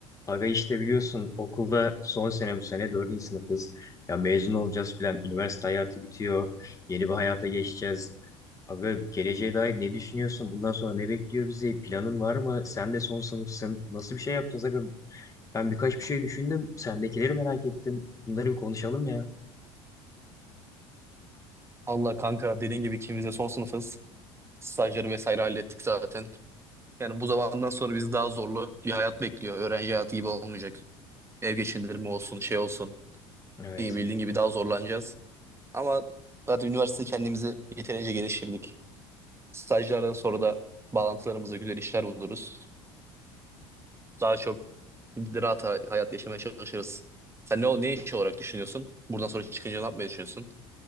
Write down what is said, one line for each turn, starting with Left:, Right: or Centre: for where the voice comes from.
Left: Aga işte biliyorsun okulda son sene bu sene dördüncü sınıfız. Ya mezun olacağız filan. Üniversite hayatı bitiyor. Yeni bir hayata geçeceğiz. Aga geleceğe dair ne düşünüyorsun? Bundan sonra ne bekliyor bizi? Planın var mı? Sen de son sınıfsın. Nasıl bir şey yapacağız aga? Ben birkaç bir şey düşündüm. Sendekileri merak ettim. Bunları bir konuşalım ya.
Right: Allah kanka dediğin gibi ikimiz de son sınıfız. Stajları vesaire hallettik zaten. Yani bu zamandan sonra bizi daha zorlu bir hayat bekliyor. Öğrenci hayatı gibi olmayacak. Ev geçindirme olsun, şey olsun.
Left: Evet.
Right: İyi bildiğin gibi daha zorlanacağız. Ama zaten üniversite kendimizi yeterince geliştirdik. Stajlardan sonra da bağlantılarımıza güzel işler buluruz. Daha çok rahat hay- hayat yaşamaya çalışırız. Sen ne, ne iş olarak düşünüyorsun? Buradan sonra çıkınca ne yapmayı düşünüyorsun?